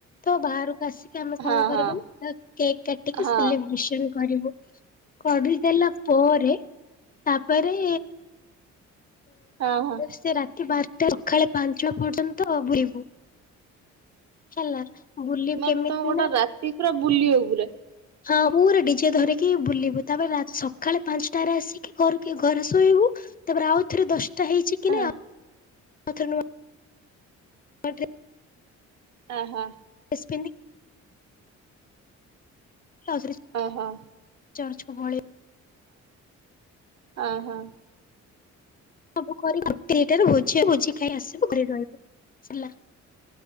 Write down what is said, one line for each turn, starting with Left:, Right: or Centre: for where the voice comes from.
Left: ତ ବାହାରକୁ ଆସି କି ଆମେ
Right: ହଁ
Left: କଣ କରିବୁ
Right: ହଁ
Left: ନା କେକ୍ କାଟିକି
Right: ହଁ
Left: ସେଲିବ୍ରେସନ କରିବୁ। କଢିଦେଲା ପରେ ତାପରେ
Right: ହା ହଁ
Left: ସେ ରାତି ବାରଟା ସକାଳେ ପାଞ୍ଚଟା ପର୍ଯ୍ୟନ୍ତ ବୁଲିବୁ ହେଲା। ବୁଲି
Right: ସେମାନେ
Left: କେମିତି
Right: ତ ଗୋଟେ
Left: ନା
Right: ରାତି ପୁରା ବୁଲିବ ପୁରା
Left: ହଁ ପୁ ଡିଜେ ଧରିକି ବୁଲିବୁ ତାପରେ ସକାଳେ ପାଞ୍ଚଟାରେ ଆସି କି ଘରେ ଶୋଇବୁ ତାପରେ ଆଉ ଥରେ ଦଶଟା ହେଇଛି କି
Right: ଆଁ
Left: ନାଇ ଆ ବାଟରେ
Right: ଆ ହା।
Left: ବସପେନି ସହଜ ରେ
Right: ଅ ହ
Left: ଚର୍ଚକୁ ପଳେଇ
Right: ଓହୋ
Left: ସବୁ କରି ଗୋଟେ ଦିଟାରୁ ଭୋଜିି ହବ ଭୋଜି ଖାଇ ଆସିବୁ ଘରେ ରହିବୁ ସରିଲା।